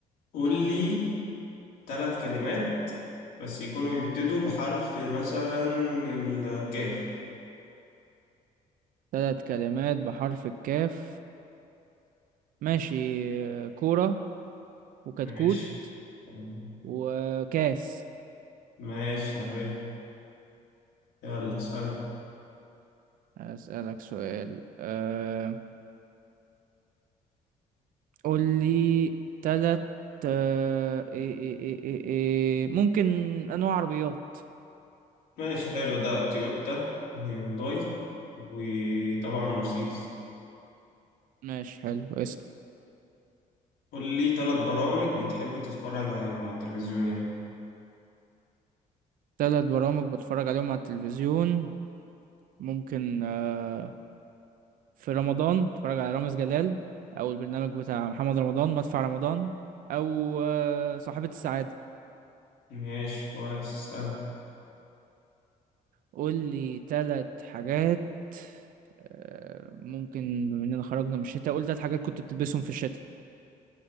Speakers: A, on the left; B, on the right.
A: قول لي ثلاث كلمات بس يكونوا يبتدوا بحرف مثلا الكاف
B: ثلاث كلمات بحرف الكاف ماشي آه، كورة وكتكوت
A: ماشي تمام.
B: وكاس
A: ماشي حلو يلا اسألني
B: أسألك سؤال أم، قول لي تلات آه، إيه إيه إيه إيه إيه ممكن أنواع عربيات
A: ماشي حلو ده تويوتا وهيونداي وطبعا مرسيدس
B: ماشي حلو اسأل
A: قول لي ثلاث برامج بتحب تتفرج عليهم على التلفزيون يعني
B: تلات برامج بتفرج عليهم على التلفزيون ممكن آه، في رمضان بتفرج على رامز جلال أو البرنامج بتاع محمد رمضان مدفع رمضان أو آه، صاحبة السعادة
A: ماشي كويس اسألني
B: قول لي تلات حاجات آه، ممكن بما إننا خرجنا من الشتاء قول تلات حاجات كنت بتلبسهم في الشتاء